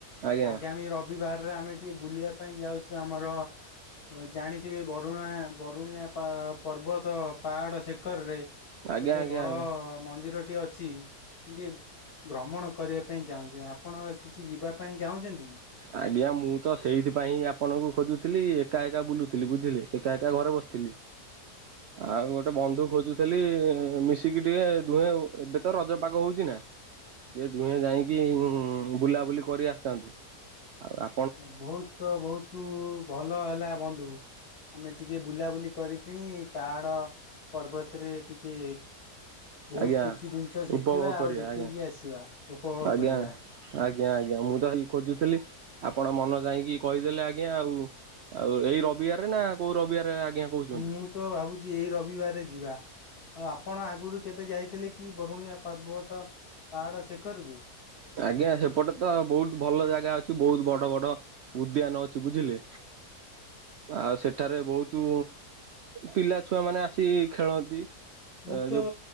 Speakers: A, on the right; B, on the left.
A: ଆଜ୍ଞା
B: ଆଗାମୀ ରବିବା ରେ ଆମେ ଟିକେ ବୁଲିବା ପାଇଁ ଯାଉଚୁ ଆମର ଅ ଜାଣିଥିବେ ବରୁଣା ବରୁଣିଆ ପା ପର୍ବତ ପାହାଡ଼ ଶିଖରରେ
A: ଆଜ୍ଞା
B: ଗୋଟେ
A: ଆଜ୍ଞା
B: ବଡ଼
A: ଆଜ୍ଞା
B: ମନ୍ଦିରଟି ଅଛି। ମୁଁ ଟିଏ ଭ୍ରମଣ କରିବା ପାଇଁ ଚାହୁଁଚି ଆପଣ କିଛି ଯିବା ପାଇଁ ଚାହୁଁଚନ୍ତି?
A: ଆଜ୍ଞା ମୁଁ ତ ସେଇଥିପାଇଁ ହିଁ ଆପଣଙ୍କୁ ଖୋଜୁଥିଲି ଏକା ଏକା ବୁଲୁଥିଲି ବୁଝିଲେ ଏକା ଏକା ଘରେ ବସିଥିଲି। <inaudible> ଆଉ ଗୋଟେ ବନ୍ଧୁ ଖୋଜୁଥେଲି ମିଶିକି ଟିଏ ଦୁହେଁ ଏବେ ତ ରଜ ପାଗ ହୋଉଚି ନାଁ। ଇଏ ଦୁହେଁ ଯାଇକି ବୁଲାବୁଲି କରି ଆସିଥାନ୍ତୁ। ଆଉ ଆ
B: ନା ବୋହୁତ ବହୁତୁ ଭଲ ହେଲା ବନ୍ଧୁ। ଆମେ ଟିକେ ବୁଲାବୁଲି କରିକି ପାହାଡ଼ ପର୍ବତରେ ଟିକେ ବୋହୁତ
A: ଆଜ୍ଞା
B: କିଛି ଦିନିଷ ଶିଖିବା
A: ଉପଭୋଗ କରିବା
B: ଆଉ ଦେଖିକି
A: ଆଜ୍ଞା
B: ଆସିବା ଉପଭୋଗ
A: ଆଜ୍ଞା
B: କରିବା।
A: ଆଜ୍ଞା ଆଜ୍ଞା ମୁଁ ତ ହେଲି ଖୋଜୁଥିଲି ଆପଣ ମନ ଚାହିଁକି କହିଦେଲେ ଆଜ୍ଞା ଆଉ। ଆଉ ଏଇ ରବିବାରରେ ନାଁ କୋଉ ରବିବାରେ ଆଜ୍ଞା କହୁଛନ୍ତି?
B: ମୁଁ ତ ଭାବୁଚି ଏଇ ରବିବାରେ ଯିବା ଆଉ ଆପଣ ଆଗୁରୁ କେବେ ଯାଇଥିଲେ କି ବରୁଣିଆ ପାର୍ବତ ପାହାଡ଼ ଶେଖରକୁ?
A: ଆଜ୍ଞା ସେପଟେ ତ ବହୁତ ଭଲ ଜାଗା ଅଛି ବହୁତ ବଡ଼ ବଡ଼ ଉଦ୍ୟାନ ଅଛି ବୁଝିଲେ ଆଉ ସେଠାରେ ବହୁତୁ ପିଲା ଛୁଆମାନେ ଆସିି ଖେଳନ୍ତି।
B: ମୁଁ ତ
A: ଯୋଉ